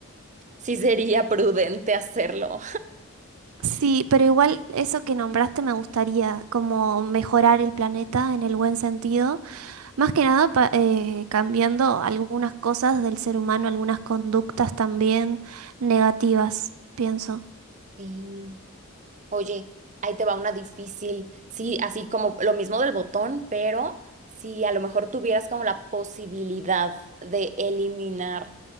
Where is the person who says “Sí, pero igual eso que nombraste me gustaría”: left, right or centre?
Right